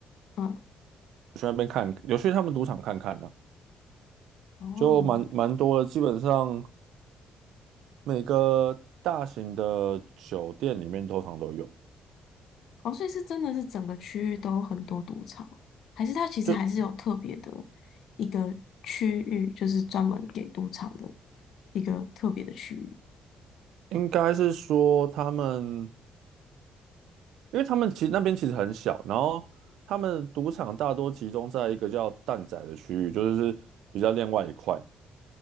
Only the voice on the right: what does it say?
去那边看，有去他们赌场看看呢、
就蛮蛮多的，基本上每个大型的酒店里面通常都有，
就
应该是说他们，因为他们其实那边其实很小，然后他们赌场大多集中在一个叫蛋仔的区域，就是比较另外一块。